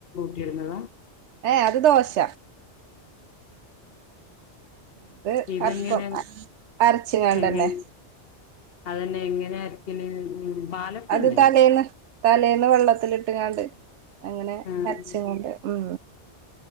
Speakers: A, on the left; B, on the right.
A: ർന്നതാ <unintelligible>
B: ഏ അത് ദോശ ഇത്
A: ഇത്‌ ഇതെങ്ങനെ
B: അപ്പം അരച്ച്ങ്ങാണ്ടന്നെ
A: എങ്ങെ- അത് തന്നെ എങ്ങനെയാ അരക്കല് പലപ്പമല്ലിയോ
B: അത് തലേന്ന് തലേന്ന് വെള്ളത്തിലിട്ടുങാണ്ട് അങ്ങനെ
A: ആഹ്
B: അരച്ചങ്ങാണ്ട് ഉം